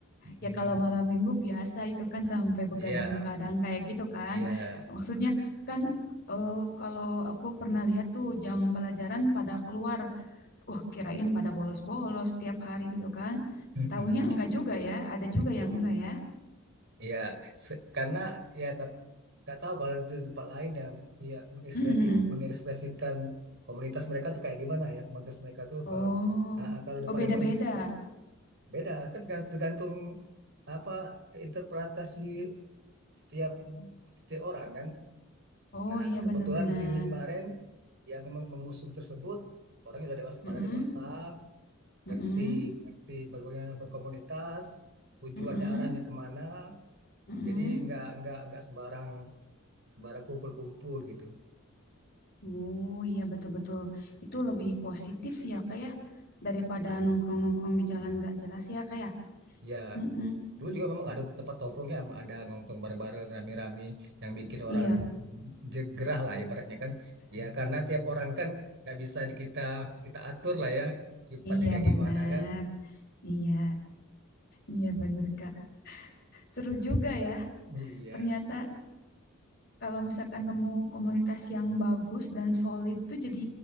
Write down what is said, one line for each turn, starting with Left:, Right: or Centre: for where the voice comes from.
Right: Mm-mm.
Left: Ya kalau malam minggu biasa itu kan sampai begadang-begadang
Right: Iya,
Left: kayak gitu kan.
Right: iya.
Left: Maksudnya kan eh, kalau aku pernah lihat tuh jam pelajaran pada keluar. Wah, kirain pada bolos-bolos tiap hari gitu kan.
Right: Mm-mm.
Left: Tahunya enggak juga ya, ada juga yang enggak ya.
Right: Ya, se- karena ya tapi nggak tahu kalau di tempat lain ya, ya mengekspresi
Left: Mm-mm.
Right: mengekspresikan komunitas mereka tuh kayak gimana ya komunitas mereka tuh
Left: Oh,
Right: kalau ah, ah, kalau di
Left: oh
Right: Palembang
Left: beda-beda.
Right: beda kan tergan- tergantung apa interpretasi setiap setiap orang kan.
Left: Oh
Right: Nah
Left: iya
Right: kebetulan
Left: benar-benar.
Right: di sini kemarin yang meng- mengusung tersebut orangnya udah dewasa
Left: Mm-mm.
Right: pada dewasa ngerti
Left: Mm-mm.
Right: ngerti bagaimana berkomunitas tujuannya
Left: Mm-mm.
Right: arahnya kemana
Left: Mm-mm.
Right: jadi nggak nggak nggak sembarang sembara kumpul-kumpul gitu.
Left: Oh iya betul-betul itu lebih positif ya kayak daripada
Right: Iya.
Left: nongkrong-nongkrong di jalan nggak jelas ya kayak.
Right: Ya,
Left: Mm-mm.
Right: dulu juga memang ada tempat tongkrongnya, ada nongkrong bareng-bareng, rame-rame, yang bikin
Left: Iya.
Right: orang jegerah lah ibaratnya kan. Ya, karena tiap orang kan nggak bisa di- kita kita atur lah ya, sifatnya
Left: Iya
Right: kayak
Left: benar,
Right: gimana kan.
Left: iya, iya benar Kak. Seru juga ya,
Right: Iya,
Left: ternyata kalau misalkan nemu komunitas yang bagus dan solid tuh jadi